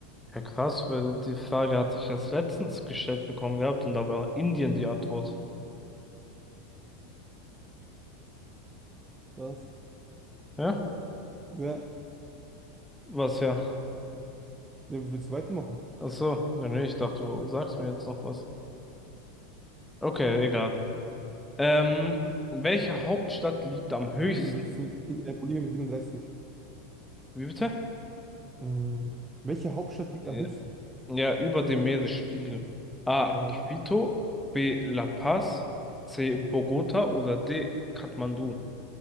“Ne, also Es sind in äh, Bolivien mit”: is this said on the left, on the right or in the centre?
Right